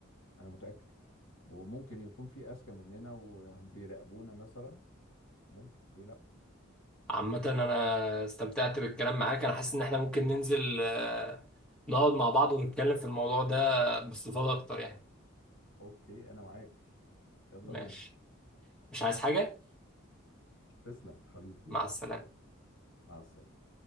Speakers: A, on the left (about 65°); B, in the centre.
A: انا متاكد وممكن يكون في اذكى مننا وهم بيراقبونا مثلا ممكن ليه لا
B: عامه انا استمتعت بالكلام معاك انا حاسس ان احنا ممكن ننزل آه، نقعد مع بعض ونتكلم في الموضوع ده باستفاضه اكتر يعني
A: اوكي انا معاك يلا
B: ماشي
A: بينا
B: مش عايز حاجه
A: تسلم حبيبي
B: مع السلامه
A: مع السلامه